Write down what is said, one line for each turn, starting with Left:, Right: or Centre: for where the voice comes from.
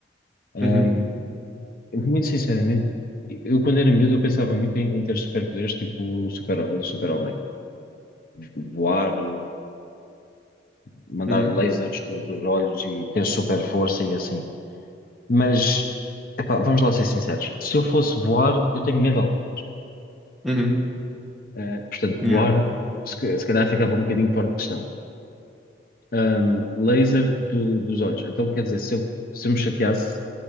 Left: Ahm,
Centre: uhum,
Left: muito sinceramente, eu quando era miúdo eu pensava muito em, em ter superpoderes, tipo o super, super-homem. Voar, eh, mandar
Centre: uhum,
Left: lasers do- dos olhos e ter super força e assim. Mas, epá, vamos lá ser sinceros. Se eu fosse voar, eu tenho medo de alturas.
Centre: uhum,
Left: Eh, portanto,
Centre: yeah.
Left: voar, se, ca- se calhar ficava um bocadinho fora de questão. ahm, laser do- dos olhos. Então, quer dizer, se eu, se eu me chateasse,